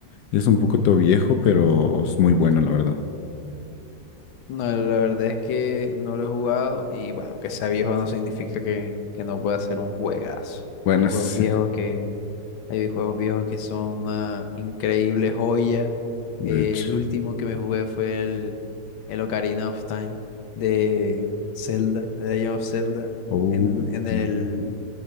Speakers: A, on the left (about 70°); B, on the left (about 85°).
A: Es un poco todo viejo, pero es muy bueno, la verdad.
B: No, la verdad es que no lo he jugado y bueno, que sea viejo no significa que, que no pueda ser un juegazo.
A: Buenas,
B: Hay juegos viejos que, hay juegos viejos que son una increíble joya.
A: <laughs> de
B: Eh,
A: hecho.
B: el último que me jugué fue el, el Ocarina of Time de Zelda, de Legend of Zelda,
A: Oh,
B: en, en
A: ok.
B: el,